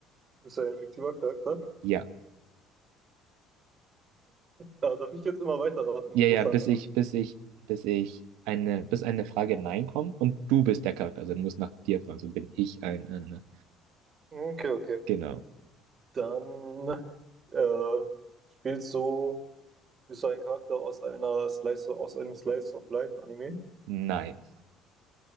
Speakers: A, on the right; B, on the right.
A: Bist du ein fiktiver Charakter?
B: Ja.
A: Ah, darf ich jetzt immer weiterraten
B: Ja,
A: und
B: ja,
A: muss dann.
B: bis ich, bis ich, bis ich eine, bis eine Frage Nein kommt und du bist der Charakter. Also du musst nach dir fragen, so bin ich ein. Äh, ne, ne.
A: Okay, okay.
B: Genau.
A: Dann äh, spielst du, bist du ein Charakter aus einer Slice, aus einem Slice of Life Anime?
B: Nein.